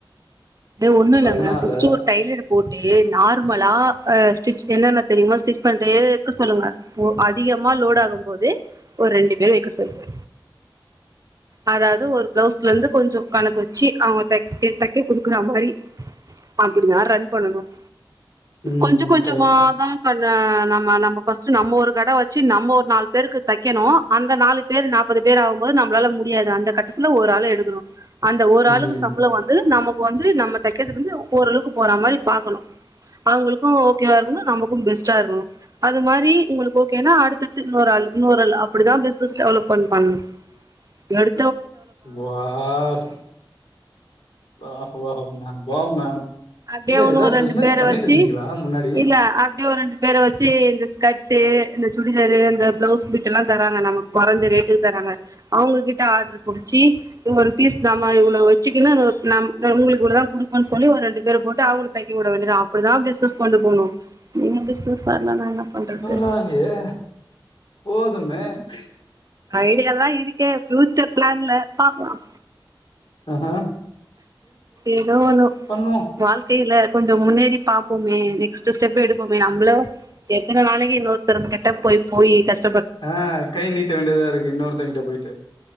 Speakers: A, on the right; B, on the left.
A: ஒண்ணு இல்லங்க
B: அதனால
A: ஃபர்ஸ்ட் ஒரு டைலரு போட்டு நார்மலா அ ஸ்டிச் என்னன்ன தெரியுமோ ஸ்டிச் பண்டே ருக்கு சொல்லுங்க அதிகமா லோட் ஆகும் போது ஒரு ரெண்டு பேர் வைக்க சொல்லுங்க அதாவது ஒரு பிளவுஸ்லந்து கொஞ்சம் கணக்கு வச்சு அவங்க த தக்க குடுக்குற மாரி அப்டி தா ரன் பண்ணணும்
B: ம்.
A: கொஞ்ச கொஞ்சமா
B: கரெக்ட்டு.
A: தா நம் நா நம்ம ஃபஸ்டு ஒரு கட வச்சு நம்ம ஒரு நாலு பேருக்கு தைக்கணு அந்த நாலு பேர் நாற்பது பேர் ஆவும்போது நம்பளால மு முடியாது அந்த கட்டத்துல ஒரு ஆளு எடுக்கனும் அந்த ஒரு ஆளுக்கு
B: ம்.
A: சம்பளம் வந்து நம் வந்து நம்ம தைக்கது வந்து ஓரளவுக்கு போற மாரி பாக்கணும் அவங்களுக்கு ஓகேவ இருக்கனு நமக்கு பெஸ் டா இருக்கனும் அது மாரி உங்களுக்கு ஓகேன்னா அடுத்தடுத்து இன்னொரு ஆள் இன்னொரு ஆள் அப்டி தா பிசினஸ் டெவலப்மெண் பண்ணணும் எடு
B: வாவ் வாவ் வாவ்ங்க வாவ் மேம்
A: அப்டியே
B: எங்க
A: ஒன்னு
B: ஏதாவது
A: ஒரு ரெண்டு
B: பிசினஸ்
A: பேரை
B: பண்ணிட்டு
A: வச்சு
B: இருந்தீங்களா முன்னாடி?
A: இல்ல அப்டியே ஒரு ரெண்டு பேரை வச்சு இந்த ஸ்கட் டு இந்த சுடிதாரு இந்த பிளவுஸ் பிட்டு எல்லா தராங்க நமக்கு குறைஞ்ச ரேட்டுக்கு தராங்க அவுங்ககிட்ட ஆடர்ரு புடிச்சு ஒரு பீஸ் நம்ம இவ்ளோ வச்சிக்கினு நம் நம்மளுக்கு இவளே தா குடுப்பன்னு சொல்லி ஒரு ரெ ரெண்டு ண்டு பேர் போட்டு அவங்கள தைக்க விட வேண்டியது தா அப்டிதா பிசினஸ் கொண்டு போனும் நீங்க பிசினஸ் வரலான நா என்ன பண்றது
B: பரவா இல்லையே போதுமே ஹ
A: ஐடியா எல்லா இருக்கே டு பிளான்ல பாப்போம்
B: அஹா
A: ஏதோ ஒன்னு
B: பண்ணுவோ
A: வாழ்க்கையில கொஞ்சோ முன்னேறி பாப்போமே நெக்ஸ்ட்டு ஸ்டெப்பு எடுப்போமே நம்மளோ எத்தன நாளைக்கு இன்னொருத்தர்கிட்ட போய் போய் கஷ்
B: ஆ கை நீட்ட வேண்டதாருக்கு இன்னொருத் தங்கிட்ட போயிட்டு